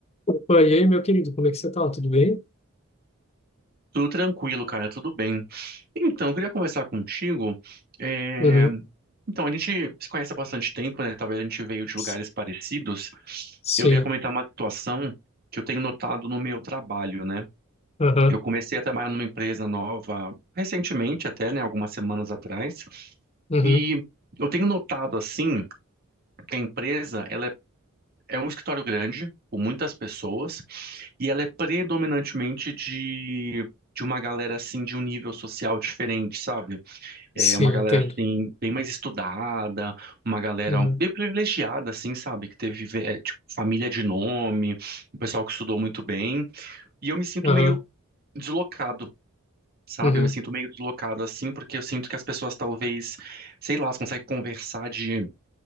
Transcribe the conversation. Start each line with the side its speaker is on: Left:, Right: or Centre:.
Left: Opa, e aí, meu querido, como é que você tá? Tudo bem?
Right: Tudo tranquilo, cara, tudo bem. Então, eu queria conversar contigo. é,
Left: Uhum.
Right: Então, a gente se conhece há bastante tempo, né? Talvez a gente veio de lugares
Left: S-
Right: parecidos.
Left: Sim.
Right: Eu queria comentar uma situação que eu tenho notado no meu trabalho, né?
Left: Aham.
Right: Eu comecei a trabalhar numa empresa nova recentemente, até, né? Algumas semanas atrás.
Left: Uhum.
Right: E eu tenho notado, assim, que a empresa, ela é é um escritório grande, com muitas pessoas. E ela é predominantemente de, de uma galera, assim, de um nível social diferente, sabe? É
Left: Sim,
Right: uma galera,
Left: entendo.
Right: assim, bem mais estudada, uma galera
Left: Uhum.
Right: bem privilegiada, assim, sabe? Que teve, eh, tipo, família de nome, um pessoal que estudou muito bem. E eu me sinto
Left: Aham.
Right: meio deslocado. Sabe,
Left: Uhum.
Right: eu me sinto meio deslocado assim, porque eu sinto que as pessoas talvez, sei lá, elas conseguem conversar de